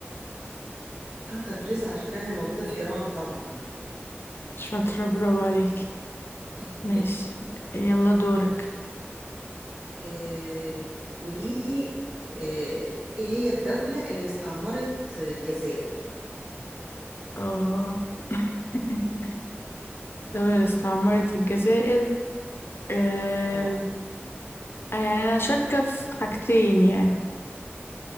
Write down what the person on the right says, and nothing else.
اه تبريز عارفاها موجودة في إيران طبعا
<laughs>
آه، قوليلي آه، ايه هي الدولة اللي استعمرت الجزائر
اه